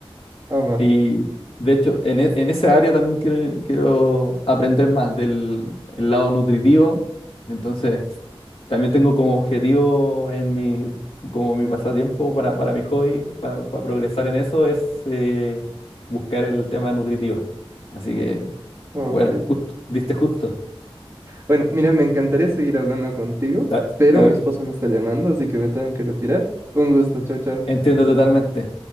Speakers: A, on the right; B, on the left.
A: Ah, va.
B: Y de hecho, en, e- en esa área también quiero, quiero aprender más del el lado nutritivo. Entonces, también tengo como objetivo en mi, como mi pasatiempo para, para mi hobby, para, para progresar en eso, es eh, buscar el tema nutritivo. Así que,
A: Ah,
B: bueno,
A: ok.
B: justo, diste justo.
A: Bueno, mira, me encantaría seguir hablando contigo,
B: Ta-
A: pero
B: ta-
A: mi esposa me está llamando, así que me tengo que retirar. Un gusto, chao, chao.
B: entiendo totalmente.